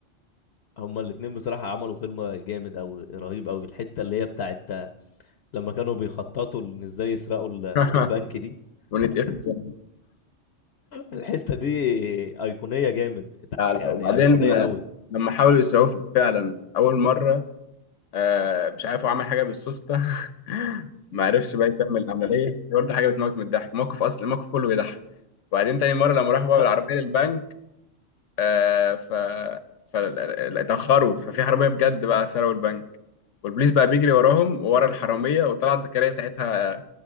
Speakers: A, on the left (about 65°); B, on the left (about 75°).
A: هما الاتنين بصراحة عملوا فيلم جامد أوي رهيب أوي الحتة اللي هي بتاعت لما كانوا بيخططوا إن إزاي يسرقوا ال-
B: زكريا
A: البنك دي
B: <laughs>
A: <laughs>
B: ونتقفل
A: الحتة دي أيقونية جامد
B: لا لا
A: يعني
B: وبعدين
A: أيقونية
B: آه،
A: أوي
B: لما حاولوا يسعوه فعلا اول مره آه مش عارف هو عمل حاجه بالسوسته <laughs> ما عرفش بقى يكمل العمليه برضه حاجه بتموت من الضحك موقف اصلا الموقف كله بيضحك وبعدين تاني مره لما راحوا بقى
A: <laughs>
B: بالعربيه للبنك آه ف ف اتاخروا ففي حراميه بجد بقى سرقوا البنك والبوليس بقى بيجري وراهم وورا الحراميه وطلعت زكريا ساعتها